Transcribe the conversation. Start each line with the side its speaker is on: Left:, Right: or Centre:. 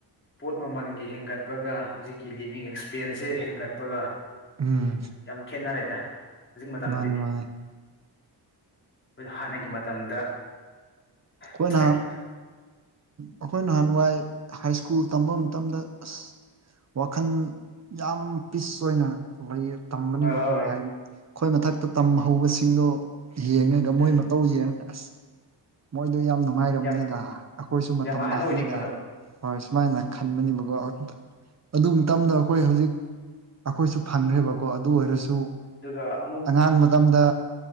Left: ꯄꯣꯠ ꯃꯃꯜꯒꯤ ꯍꯦꯟꯒꯠꯄꯒ ꯍꯧꯖꯤꯛꯀꯤ ꯂꯤꯕꯤꯡ ꯑꯦꯛꯁꯄꯦꯟꯁꯁꯦ ꯍꯦꯟꯒꯠꯄꯒ
Right: ꯎꯝ
Left: ꯌꯥꯝ ꯈꯦꯠꯅꯔꯦꯗ ꯍꯧꯖꯤꯛ ꯃꯇꯝꯗꯗꯤ
Right: ꯃꯥꯅꯦ ꯃꯥꯅꯦ
Left: ꯍꯥꯟꯅꯒꯤ ꯃꯇꯝꯗ
Right: ꯀꯣꯏ
Left: ꯅꯠꯇ꯭ꯔꯦꯕ
Right: ꯅꯥꯟ ꯎꯝ ꯑꯩꯈꯣꯏ ꯅꯍꯥꯟꯋꯥꯏ ꯍꯥꯏ ꯁ꯭ꯀꯨꯜ ꯇꯝꯕ ꯃꯇꯝꯗ ꯑꯁ ꯋꯥꯈꯜ ꯌꯥꯝ ꯄꯤꯁ ꯑꯣꯏꯅ ꯂꯩꯌꯦ ꯇꯝꯕꯅꯦꯕꯀꯣ
Left: ꯍꯣꯏ ꯍꯣꯏ ꯍꯣꯏ
Right: ꯍꯥꯏꯗꯤ ꯑꯩꯈꯣꯏ ꯃꯊꯛꯇ ꯇꯝꯍꯧꯕꯁꯤꯡꯗꯣ ꯌꯦꯡꯉꯒ
Left: ꯎꯝ
Right: ꯃꯣꯏ ꯇꯧꯖꯦ ꯑꯁ ꯃꯣꯏꯗꯣ ꯌꯥꯝ ꯅꯨꯡꯉꯥꯏꯔꯝꯅꯤꯗ
Left: ꯌꯥꯝ
Right: ꯑꯩꯈꯣꯏꯁꯨ ꯃꯇꯝ
Left: ꯌꯥꯝ ꯑꯍꯟ
Right: ꯂꯥꯛꯀꯅꯤꯗ
Left: ꯑꯣꯏꯅꯤꯡꯕꯗꯣ
Right: ꯍꯣꯏ ꯁꯨꯃꯥꯏꯅ ꯈꯟꯕꯅꯦꯕꯀꯣ ꯑꯗꯨ ꯃꯇꯝꯗꯣ ꯑꯩꯈꯣꯏ ꯍꯧꯖꯤꯛ ꯑꯩꯈꯣꯏꯁꯨ ꯐꯪꯈ꯭ꯔꯦꯕꯀꯣ ꯑꯗꯨ ꯑꯣꯏꯔꯁꯨ
Left: ꯑꯗꯨꯒ ꯑꯃꯨꯛ
Right: ꯑꯉꯥꯡ ꯃꯇꯝꯗ